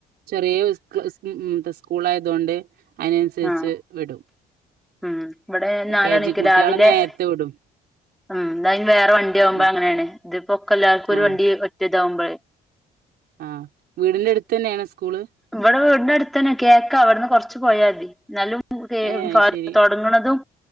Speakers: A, on the right (about 70°); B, in the centre.
A: പിന്നെ ചെറിയ സ്കൂൾ ആയതുകൊണ്ട് അതിനനുസരിച്ച്
B: ആഹ്
A: വിടും
B: ഉം ഇവിടെ നാലമണിക്ക്
A: കെ ജി കുട്ട്യാളെ
B: രാവിലെ-
A: നേരത്തെ വിടും
B: ഉം ഇതയിന് വേറെ വണ്ടിയാവുമ്പോ
A: ഉം
B: അങ്ങനെയാണ് ഇപൊക്കല്ലാർക്ക് ഒരു
A: ആഹ്
B: വണ്ടി ഒറ്റതാവുമ്പോഴേ
A: ആഹ് വീടിന്റെ അടുത്ത് തന്നെയാണ് സ്കൂള്?
B: ഇവിടെ വീടിന്റെ അടുത്തന്നെ കേക്കാ അവിടുന്ന് കൊറച്ച് പോയാൽ മതി നല്ല
A: ഏഹ് അത് ശരി.
B: തുടങ്ങുന്നതും